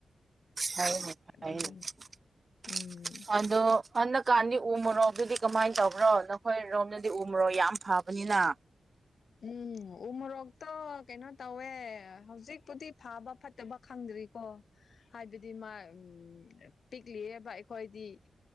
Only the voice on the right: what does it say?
ꯐꯩꯅꯦ ꯐꯩꯅꯦ
<unintelligible>
ꯑꯗꯣ <unintelligible> ꯀꯥꯟꯗꯤ ꯎꯃꯣꯛꯀꯗꯨꯗꯤ ꯀꯃꯥꯏꯅ ꯇꯧꯕ꯭ꯔꯣ ꯅꯈꯣꯏꯔꯣꯝꯗꯗꯤ ꯎ ꯃꯔꯣꯛ ꯌꯥꯝ ꯐꯕꯅꯤꯅ